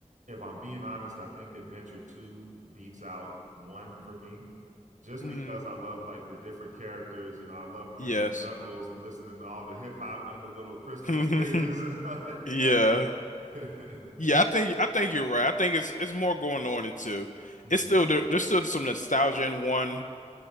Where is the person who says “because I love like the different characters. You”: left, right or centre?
Right